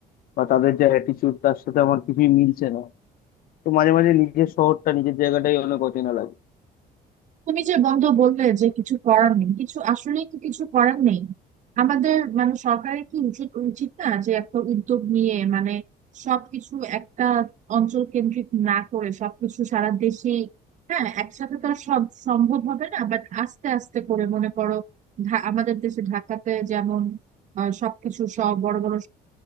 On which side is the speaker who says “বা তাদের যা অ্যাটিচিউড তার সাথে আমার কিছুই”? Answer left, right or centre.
Left